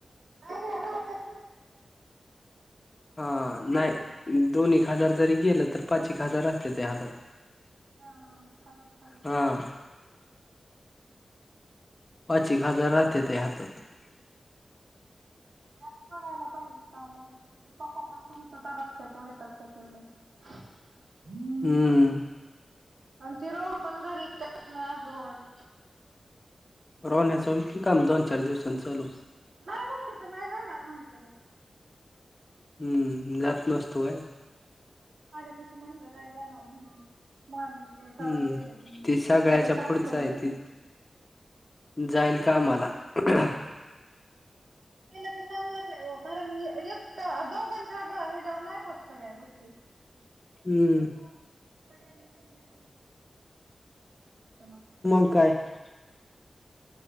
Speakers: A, on the right; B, on the left.
A: पण एवढं होत्यात <unintelligible>
B: हा नाही दोन एक हजार जरी गेलं तर पाच एक हजार राहत्यात हातात <unintelligible>
A: हा पाच एक हजार राहत्याती
B: हा
A: <unintelligible>
B: पाच एक हजार राहत्यातीय हातात <unintelligible>
A: त्यात बघायला पाहिजे कामं <unintelligible> <unintelligible> <unintelligible>
B: हम्म <unintelligible>
A: आणि ती रोहन पण घरी देत नाही अजून <unintelligible>
B: रोहण्याच होईल की काम दोन चार दिवसां चालू <unintelligible>
A: नाही म्हणत्यात नाही जाणार म्हणत्यात <unintelligible>
B: हम्म मी जात नसतो काय <unintelligible>
A: आज्या पशी म्हणलं नाही जाणार म्हणून मामी <unintelligible> लय
B: हम्म
A: त्रास देत्याती
B: ती सगळ्याच्या
A: लय काम
B: पुढच
A: करून
B: आहे
A: घेत्याती
B: ती
A: <unintelligible>
B: जाईल कामाला <unintelligible>
A: झालं तर चांगलंच आहे हो कारण एकट दोघांच्या ह्याच्यावर नाही होत सगळ्या गोष्टी
B: हम्म <unintelligible>
A: सगळ्यांनी स कुठं ना कुठं <unintelligible>
B: शुकाय <unintelligible>